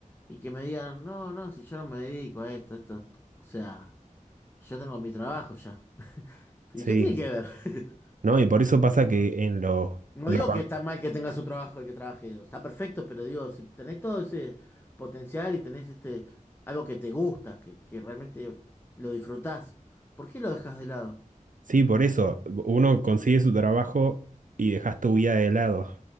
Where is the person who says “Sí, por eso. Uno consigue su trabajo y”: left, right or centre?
Right